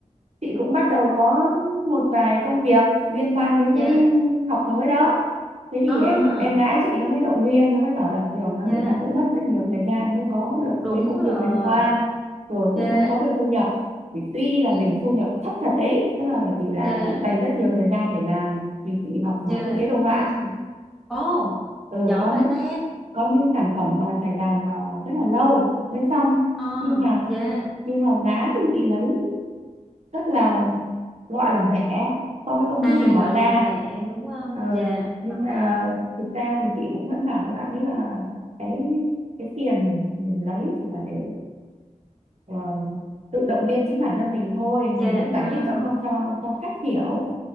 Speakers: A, on the right; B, in the centre.
A: chị cũng bắt đầu có một vài công việc liên quan đến
B: dạ,
A: cái học mới đó thế thì
B: à,
A: em em gái chị nó mới động viên nó mới bảo là thường là
B: dạ,
A: người ta cũng mất rất nhiều thời gian mới có được
B: đúng
A: cái công
B: rồi,
A: việc liên quan rồi cũng
B: dạ,
A: mới có được thu nhập thì tuy là
B: ừ,
A: mình thu nhập thấp thật đấy tức là bởi vì là
B: dạ,
A: chị dành rất nhiều thời gian để làm vì chị học
B: dạ,
A: à, thiết kế đồ họa
B: ừ, ồ
A: ừ,
B: giỏi
A: có
B: vậy
A: những
B: ta,
A: có những sản phẩm mà phải làm à, rất là lâu mới xong
B: à,
A: nhưng mà
B: dạ,
A: nhưng mà giá thì chị lấy rất là gọi là rẻ so với công
B: à,
A: sức mình bỏ
B: gọi
A: ra
B: là rẻ đúng không,
A: ờ,
B: dạ,
A: nhưng mà
B: vâng,
A: thực ra thì chị cũng vẫn bảo với bạn ấy là cái cái tiền mình lấy chỉ là để ờ, tự động viên chính bản thân mình thôi
B: dạ,
A: mình cũng giải
B: vâng,
A: thích cho cho cho khách hiểu